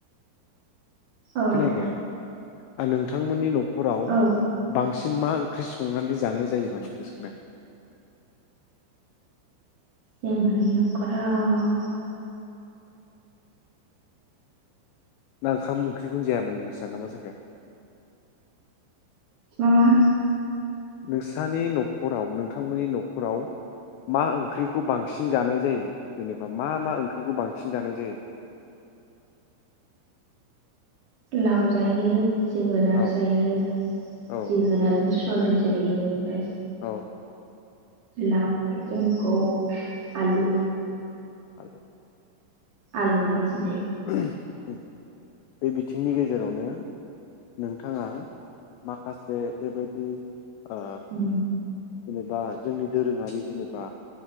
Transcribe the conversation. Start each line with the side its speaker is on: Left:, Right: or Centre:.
Right: औ
Left: खोनायाखै आं नोंथांमोननि न खराव
Right: औ
Left: बांसिन मा ओंख्रि संनानै जानाय जायो माने बेखौ सोंदों
Right: जों मानि न'खराव
Left: ओंखाम ओंख्रि जिखुन जाया <unintelligible>
Right: मामा
Left: नोंसोर नोंथांनि न'खराव नोंथांमोननि न'खर फोराव मा ओंख्रिखौ बांसिन जानाय जायो जेनेबा मा मा ओंख्रिखौ बांसिन जानाय जायो
Right: लावजायो जोगोनार
Left: औ
Right: जायो
Left: औ
Right: जोगोनारजों सुवाबिन जायो ओमफ्राय
Left: औ
Right: लाव मैगंखौ आलु
Left: आ
Right: आलु बांसिन जायो
Left: उम बे बिथिंनि गेजेरावनो नोंथाङा माखासे बेबायदि अ
Right: जायो
Left: जेनेबा जोंनि दोरोङारि जेनेबा